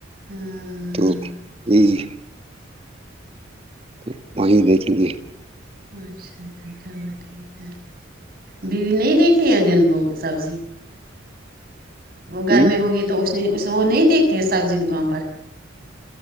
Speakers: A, on the right (about 50°); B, on the right (about 30°).
A: ہاں
B: تو یہی تو وہیں دیکھیں گے
A: اچھا اچھا چلو ٹھیک ہے بیوی نہیں دیکھھی ہیں جن وہ سبزی وہ گرمی
B: ہ
A: ہوگی تو اس اس وہ نہیں دیکھتے ہے سبزی دکان پر